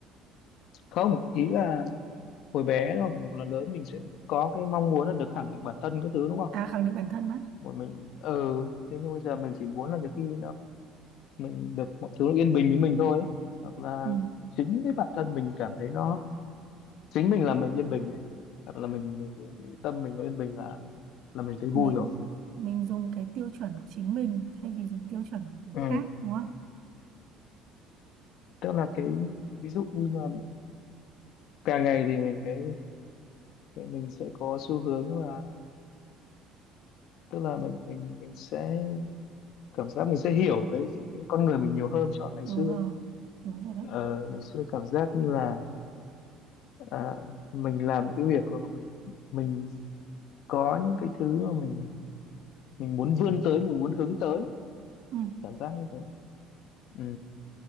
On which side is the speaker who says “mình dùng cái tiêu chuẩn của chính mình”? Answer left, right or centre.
Right